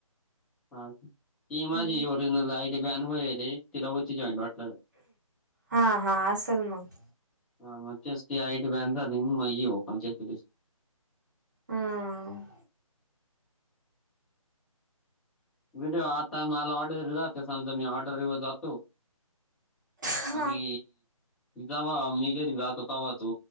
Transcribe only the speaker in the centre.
हा ती माझी
ओरिजनल आय डी बॅन होईल हे तिला होती जॉईंड वाटतं.
हा तीच ती आयडी बॅन झाली म्हणून ही ओपन केली दुसरी.
व्हिडिओ आता मला ऑर्डरी राहता समजा मी ऑर्डरीवर जातो.
आणि जवा मी घरी जातो तेव्हा तो